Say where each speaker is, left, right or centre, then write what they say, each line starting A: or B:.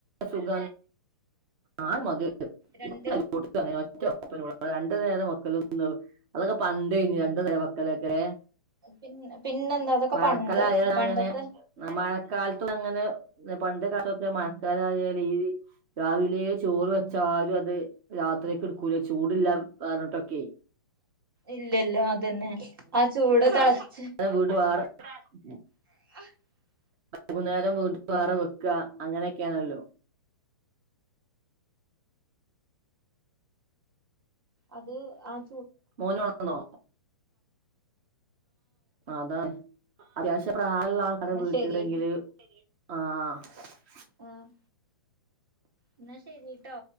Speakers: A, on the right; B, on the right.
A: സുഖ ആഹ് മതി
B: രണ്ട്
A: <unintelligible> രണ്ടു നേരം വെക്കല് ഒന്ന് അതൊക്കെ പണ്ടെയ്നി രണ്ട് നേരം വാക്കാലൊക്കെ ലേ
B: പിന്നെ പിന്നെന്താ അതൊക്കെ
A: മഴക്കാലയാ
B: പണ്ട് പണ്ടത്തെ
A: അങ്ങനെ മഴക്കാലത്ത് അങ്ങനെ പണ്ട് കാലൊക്കെ മ കാലത്ത് ഈ രാവിലെ ചോറ് വെച്ചാലും അത് രാത്രിക്ക് എടുക്കൂല ചൂട്ട്ല്ല പറഞ്ഞിട്ടൊക്കെ
B: ഇല്ല ഇല്ല അതന്നെ ആ ചൂട് തണി
A: വീട് വാറ <unintelligible>
B: <unintelligible>
A: വൈകുന്നേരം വീണ്ടും വാറ വെക്ക അങ്ങനെക്കാണല്ലോ
B: അത് ആഹ്
A: മോന് ഒണർന്നോ ആഹ് അതാണ് അത്യാവശ്യം പ്രായള്ള ആൾക്കാര്
B: ന്നാ
A: വീട്ടില്നെങ്കില്
B: ശരി
A: ആഹ്
B: ആഹ് എന്നാ ശരി ട്ടോ